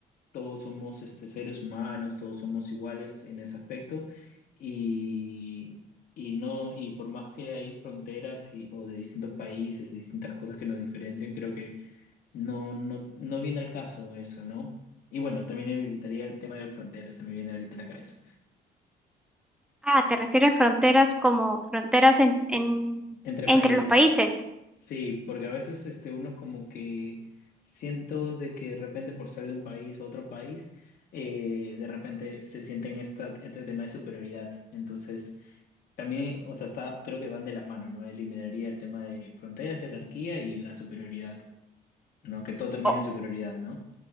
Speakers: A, on the left (about 60°); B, in the centre.
A: todos somos este, seres humanos, todos somos iguales en ese aspecto y, y no, y por más que hay fronteras y, o de distintos países, distintas cosas que nos diferencian, creo que no, no, no viene al caso eso, ¿no? Y bueno, también evitaría el tema de fronteras, se me viene ahorita a la cabeza.
B: Ah, ¿te refieres fronteras como fronteras en, en-
A: Entre
B: entre
A: países.
B: los países?
A: Sí, porque a veces este, uno como que siento de que de repente por ser de un país a otro país, eh, de repente se sienten esta, este tema de superioridad. Entonces, también, o sea, está, creo que van de la mano, ¿no? Eliminaría el tema de fronteras, jerarquía y la superioridad, ¿no? Que todo termine
B: O,
A: en superioridad, ¿no?